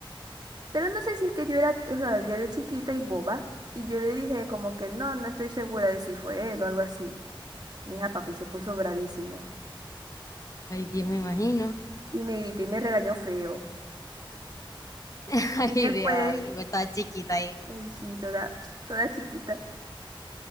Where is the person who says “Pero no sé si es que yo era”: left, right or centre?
Right